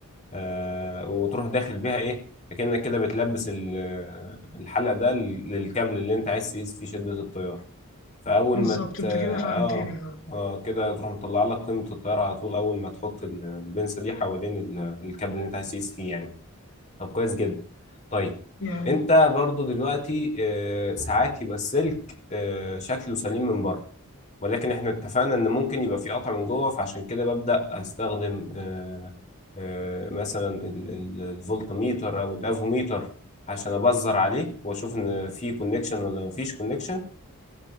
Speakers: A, on the left (about 35°); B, on the left (about 65°).
A: آه، وتروح داخل بيها ايه كأنك كده بتلبس ال- الحلق ده لل- للكابل اللي انت عايز تقيس فيه شدة التيار فاول
B: بالظبط،
A: ما ت...
B: انت
A: اه
B: كده فهمتني اه
A: اه كده تروح مطلع لك قيمة التيار على طول اول ما تحط ال- البنسة دي حوالين ال- الكابل اللي انت عايز تقيس فيه يعني طب كويس جدا طيب
B: يعني
A: انت برضو دلوقتي آه، ساعات يبقى السلك آه، شكله سليم من بره ولكن احنا اتفقنا ان ممكن يبقى في قطع من جوه فعشان كده ببدأ استخدم آه، آه، مثلا ال- ال- الفولتميتر او الافوميتر عشان ابزر عليه واشوف ان في كونكشن ولا ما فيش كونكشن